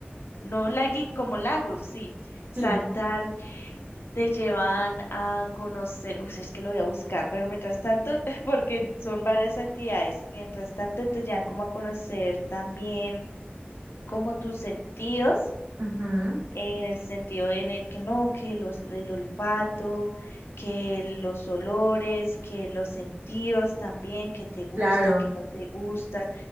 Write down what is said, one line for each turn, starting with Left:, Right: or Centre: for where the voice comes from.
Left: no lagui, como lagos, sí, saltar
Right: Sí.
Left: te llevan a conocer, uy, es que lo voy a buscar, pero mientras tanto, <laughs> porque son varias actividades, mientras tanto te llevan como a conocer también como tus sentidos,
Right: Ujú,
Left: en el sentido en el que no, que los, el olfato, que los olores, que los sentidos también, que te gusta,
Right: Claro.
Left: que no te gusta,